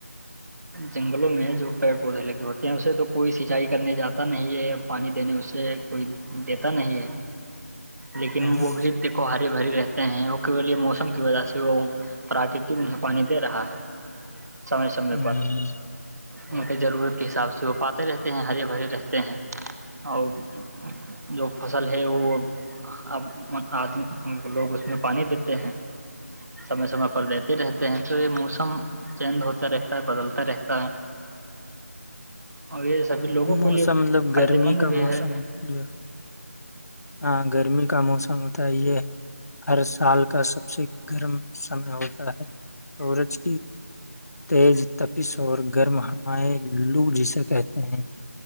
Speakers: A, on the right; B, on the left.
A: جنگلوں میں جو پیڑ پودے لگے ہوتے ہیں اسے تو کوئی سینچائی کرنے جاتا نہیں ہے پانی دینے اسے کوئی دیتا نہیں ہے لیکن
B: ہم،
A: وہ بھی دیکھو ہرے بھری رہ ہیں وہول یہ موسم کی وجہ سے وہ پراکرتک ان سے پانی دے رہا ہے سمئے سمے
B: ہم،
A: پر
B: وہی
A: ان ضرورت
B: تو
A: کے حساب سے وہ پات رہتے ہیں ہرے بھرے رہتے ہیں <inaudible> فصل ہے وہ آدمی لوگ پانی دیتے ہیں سمے سمے پر دیتے رہتے ہیں تو یہ موسم چینج ہو اچھا رہتا ہے بدلتا رہتا ہے اور یہ سبھی لوگوں
B: موسم
A: کے لیے
B: مطلب
A: فائدے
B: گرمی
A: مند
B: کا
A: بھی
B: موسم
A: ہے
B: جو ہاں گرمی کا موسم ہوتا ہے یہ ہر سال کا سب سے گرم سمے ہوتا ہے سورج تیز تپس اور گرم ہے ہ لو جسے کہتے ہیں